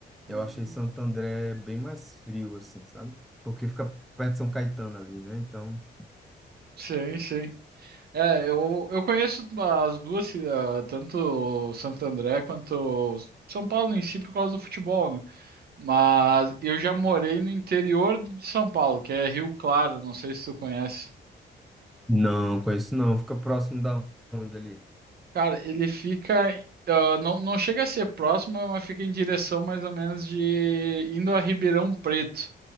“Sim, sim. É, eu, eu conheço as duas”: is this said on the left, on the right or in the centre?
Right